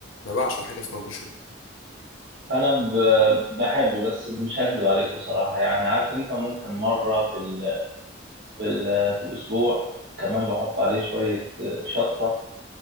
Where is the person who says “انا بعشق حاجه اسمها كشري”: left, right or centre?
Left